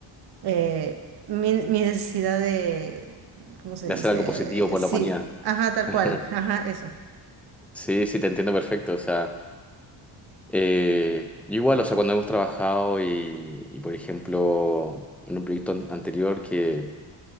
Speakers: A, on the right; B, in the centre.
A: eh, mi, mi necesidad de, ¿cómo se
B: de
A: dice?
B: hacer algo positivo por
A: Sí,
B: la humanidad.
A: ajá, tal
B: <laughs>
A: cual, ajá, eso.
B: Sí, sí, te entiendo perfecto. O sea, Eh, yo igual, o sea, cuando hemos trabajado y, y, por ejemplo, en un proyecto an- anterior que,